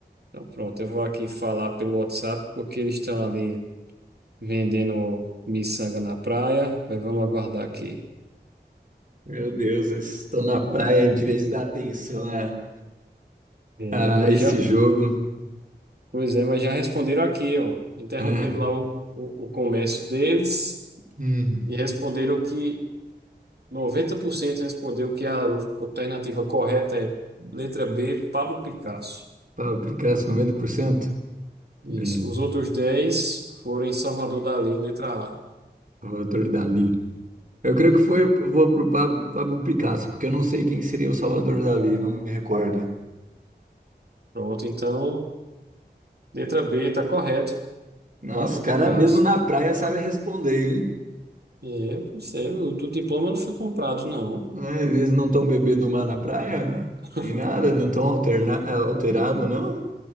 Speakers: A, on the right; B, on the right.
A: Então, pronto, eu vou aqui falar pelo WhatsApp porque eles estão ali vendendo miçanga na praia, mas vamos aguardar aqui.
B: Meu Deus, eles estão na praia de vez de dar atenção a,
A: É,
B: a
A: mas
B: esse
A: já,
B: jogo,
A: pois é, mas já responderam aqui, ó. Interromperam
B: né?
A: lá o, o, o comércio deles
B: Hum.
A: e responderam que 90% respondeu que a alternativa correta é letra B, Pablo Picasso.
B: Para aplicar 90%?
A: Isso.
B: Bem,
A: Os outros 10 foram em Salvador Dali, letra A.
B: Salvador Dali. Eu creio que foi, vou pro Pablo, Pablo Picasso, porque eu não sei quem seria o Salvador Dali, não me recorda.
A: Pronto, então, letra B está correto.
B: Nossa,
A: Pablo
B: cara
A: Picasso.
B: mesmo na praia sabe responder, hein?
A: É, pois é, o teu diploma não foi comprado, não.
B: né? Às vezes não estão bebendo mar na praia,
A: <laughs>
B: nem nada, não estão alterna... eh, alterado, não?